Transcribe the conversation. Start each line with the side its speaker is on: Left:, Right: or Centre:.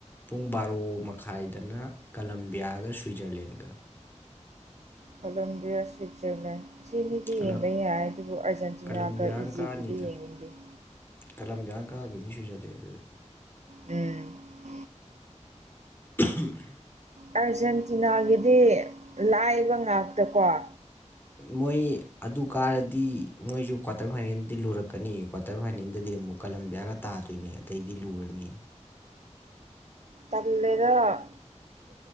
Left: ꯄꯨꯡ ꯕꯥꯔꯣ ꯃꯈꯥꯏꯗꯅ ꯀꯂꯝꯕꯤꯌꯥꯒ ꯁ꯭ꯋꯤꯖꯔꯂꯦꯟꯒ ꯫
Right: ꯀꯂꯣꯕꯤꯌꯥ ꯁ꯭ꯋꯤꯠꯖꯔꯂꯦꯟ ꯑꯁꯤꯅꯤꯗꯤ
Left: ꯀꯂꯝ
Right: ꯌꯦꯡꯕ ꯌꯥꯏ ꯑꯗꯨꯕꯨ ꯑꯔꯖꯦꯟꯇꯤꯅꯥꯒ
Left: ꯀꯂꯝꯕꯤꯌꯥꯅ
Right: ꯏꯖꯤꯞꯀꯗꯤ
Left: ꯀꯥꯅꯤꯗ
Right: ꯌꯦꯡꯅꯤꯡꯗꯦ ꯫
Left: ꯀꯂꯝꯕꯤꯌꯥꯅ ꯀꯥꯒꯤꯅꯤ ꯁꯨꯨꯖꯔꯂꯦꯟꯗꯨꯗꯤ ꯫
Right: ꯎꯝ
Left: <unintelligible>
Right: ꯑꯥꯔꯖꯦꯟꯇꯤꯅꯥꯒꯤꯗꯤ ꯂꯥꯏꯕ ꯉꯥꯛꯇꯀꯣ ꯫
Left: ꯃꯣꯏ ꯑꯗꯨ ꯀꯥꯔꯗꯤ ꯃꯣꯏꯁꯨ ꯀ꯭ꯋꯥꯇꯔ ꯐꯥꯏꯅꯦꯜꯗꯤ ꯂꯨꯔꯛꯀꯅꯤ ꯀꯋꯥ ꯀ꯭ꯋꯥꯇꯔ ꯐꯥꯏꯅꯦꯜꯗꯗꯤ ꯑꯃꯨꯛ ꯀꯂꯝꯕꯤꯌꯥꯒ ꯇꯥꯗꯣꯏꯅꯦ ꯑꯇꯩꯗꯤ ꯂꯨꯔꯅꯤꯌꯦ ꯫
Right: ꯇꯜꯂꯦꯗ